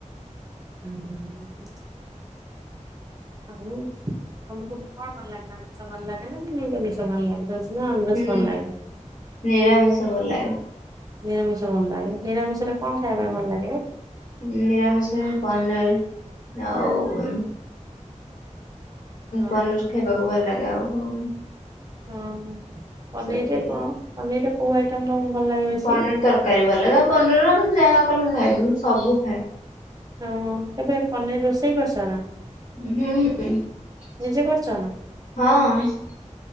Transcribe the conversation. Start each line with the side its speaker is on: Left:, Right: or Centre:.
Right: ହୁଁ। ହଉ ତମକୁ କଣ ଭଲ ଲାଗେ ଆମିଷ ଭଲ ଲାଗେ ନା ନିରାମିଷ ଭଲ ଲାଗେ? ଭେଜ ନା ଅନଭେଜ
Left: ହୁଁ
Right: ଭଲ ଲାଗେ।
Left: ନିରାମିଷ ଭଲ ଲାଗେ।
Right: ନିଆମିଷ ଭଲ ଲାଗେ। ନିରାମିଷ ରେ କଣ ଖାଇବା ପାଇଁ ଭଲ ଲାଗେ?
Left: ନିରାମିସରେ ପନିର। ଆଉ ହଁ
Right: ହଁ।
Left: ପନିର ଖାଇବା କୁ ଭଲଲାଗେ ଆଉ କଣ?
Right: ହଁ ପନିରରେ
Left: ସେତିକି
Right: କଣ ପନିରରେ କୋଉ ଆଇଟମ ତମ ଭଲ ଲାଗେ ବେଶୀ।
Left: ପନିର ତରକାରୀ ଭଲ ଲଗେ ପନିର ଯାହା କଲେ ମୁଁ ଖାଇବିଁ ସବୁ ଖାଏ।
Right: ଓ ହୋ କେବେ ପନିର ରୋଷେଇ କରିଚ ନା?
Left: ହୁଁ ହୁଁ
Right: ନିଜେ କରିଛ ନା
Left: ହଁ।